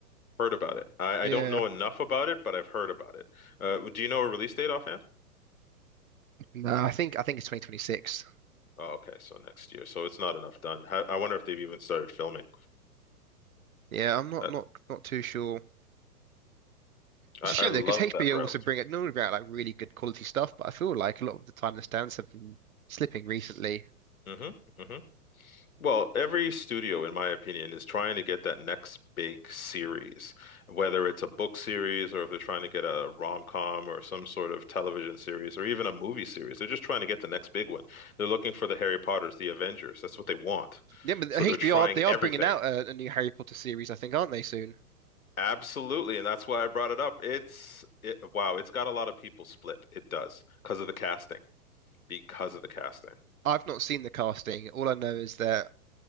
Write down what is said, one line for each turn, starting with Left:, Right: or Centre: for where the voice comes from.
Left: Heard about it. I,
Right: Yeah.
Left: I don't know enough about it, but I've heard about it. Uh, do you know a release date offhand?
Right: No, I think I think it's 2026.
Left: Oh, okay, so next year. So it's not enough done. How, I wonder if they've even started filming.
Right: Yeah, I'm not
Left: That,
Right: not not too sure.
Left: I,
Right: It's a shame
Left: I love
Right: though, because HBO
Left: that route.
Right: also bring it normally bring out like really good quality stuff, but I feel like a lot of the time the stands have been slipping recently.
Left: hmm hmm Well, every studio, in my opinion, is trying to get that next big series, whether it's a book series or if they're trying to get a rom-com or some sort of television series or even a movie series. They're just trying to get the next big one. They're looking for the Harry Potters, the Avengers. That's what they want.
Right: Yeah, but
Left: So
Right: HBO
Left: they're trying
Right: are- they are
Left: everything.
Right: bringing out a, a new Harry Potter series, I think, aren't they soon?
Left: Absolutely, and that's why I brought it up. It's it, wow, it's got a lot of people split. It does because of the casting. Because of the casting.
Right: I've not seen the casting. All I know is that